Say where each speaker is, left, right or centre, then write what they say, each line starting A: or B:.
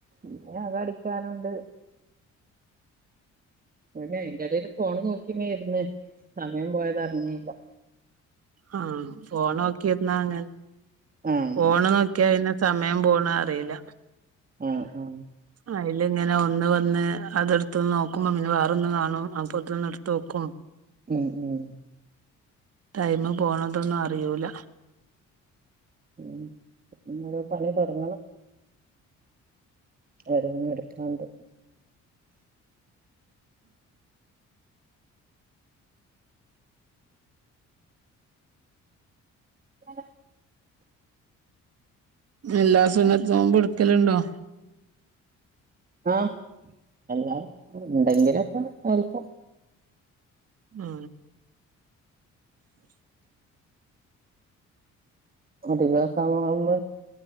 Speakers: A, on the right; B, on the right.
A: ഇനി അകം അടിക്കാനുണ്ട് ഇവടെ അയിന്റെടേല് ഫോണ് നോക്കിങ്ങനിരുന്ന് സമയം പോയത് അറിഞ്ഞീല്ല
B: ആ ഫോണോക്കിയിരുന്നാ അങ്ങനെ
A: ആഹ്
B: ഫോണ് നോക്കിയാ പിന്നെ സമയം പോണ അറിയില്ല
A: ആആ
B: അയിലിങ്ങനെ ഒന്ന് വന്ന് അതെടുത്ത് നോക്കുമ്പം പിന്നെ വേറൊന്ന് കാണും അപ്പൊ അതൊന്ന് എടുത്ത് നോക്കും
A: ഉം ഉം
B: ടൈമ് പോണതൊന്നും അറിയൂല
A: ഉം ഇനിയോരോ പണി തൊടങ്ങണം ഓരോന്ന് എടുക്കാണ്ട് ഹല
B: എല്ലാ സുന്നത്ത് നോമ്പും എടുക്കലുണ്ടോ
A: ആഎല്ലാം ഉണ്ടെങ്കിലൊക്കെ എടുക്കും
B: ആ
A: അധികാ സമയാവുമ്പ